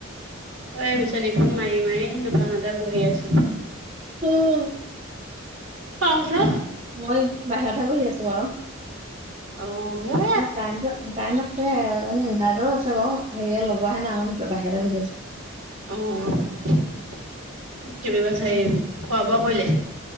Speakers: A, on the right; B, on the right.
A: অ এই বিছনিখন মাৰি মাৰি দোকানতে বহি আছো।
B: উম
A: হা
B: মই বাহিৰতহে বহি আছো বাৰু।
A: অ',
B: <unintelligible>
A: মোৰ
B: আছে ইনভাৰ্টাৰো আছে বাৰু হেৰিয়ে লগোৱা হে নাই আমাৰ ভিতৰত বাহিৰতে বহি আছো
A: অ বুলি খোৱা বোৱা কৰিলে